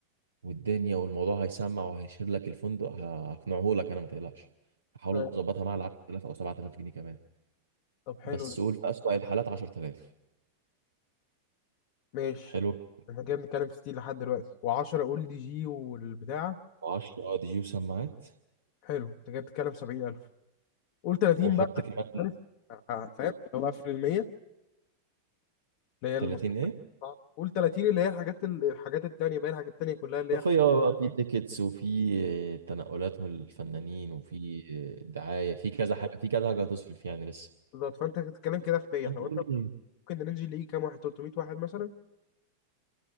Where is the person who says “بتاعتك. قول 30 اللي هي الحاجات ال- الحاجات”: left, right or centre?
Left